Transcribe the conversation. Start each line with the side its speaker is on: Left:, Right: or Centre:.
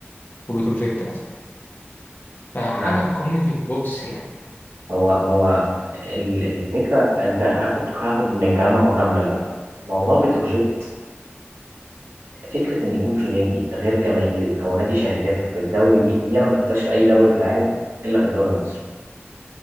Left: وبتروجيت مثلا فحاجة
Right: نعم
Left: في قمة البؤس يعني
Right: هو هو ال- الفكره انت هاخد هاخد من كلامك واكمل بقى موضوع بتروجيت فكره ان يكون في نادي غير جماهيري او نادي شركات في الدوري دي دي انا ما شفتهاش في اي دوري في العالم الا في الدوري المصري